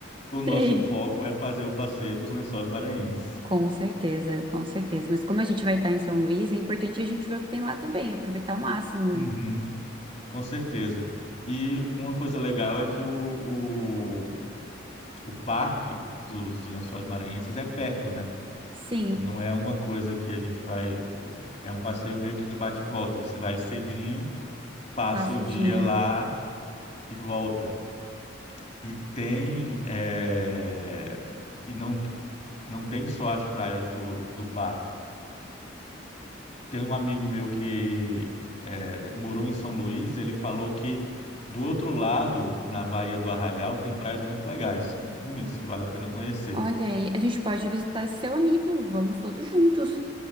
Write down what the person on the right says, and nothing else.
Sim.
Com certeza, com certeza. Mas como a gente vai estar em São Luís, é importante a gente ver o que tem lá também, aproveitar ao máximo, né?
Sim,
passa
o dia.
Olha aí, a gente pode visitar esse seu amigo, vamos todos juntos.